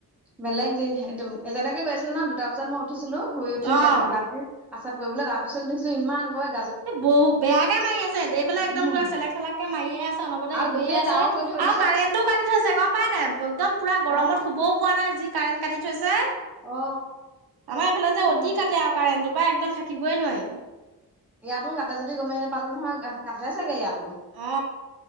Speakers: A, in the centre; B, on the right.
A: বেলেগ দি দিম। যেনেকে গৈ আছিল ন দুটা বজাত মই উঠিছিলো। শুই উঠি <unintelligible>
B: অ'
A: পাচাব কৰিবলে। তাৰ পিছত দেখিছো ইমান একেবাই
B: এ বহু বেয়াকে মাৰি আছে। এইফালে একদম
A: উম
B: পুৰা চেলেক চালাকে মাৰিয়ে আছে। অনবৰতে
A: আৰু
B: সেই কয়ে
A: গোটেই
B: আছে।
A: ডাৱৰ কৰি থৈ
B: আৰু
A: দিছে
B: কাৰেণ্টও কাটি থৈছে গম পাই নাই। একদম পুৰা গৰমত
A: অ
B: শুবও পোৱা নাই যি কাৰেণ্ট কাটি থৈছে।
A: অ
B: আমাৰ এইফালে যে
A: উম
B: অতি কাটে আৱ কাৰেন্টো। বা একদম থাকিবই নোৱাৰি।
A: ইয়াতো কাটে যদি গমেই নাপালো নহয়। কাটে চাগে ইয়াত।
B: অ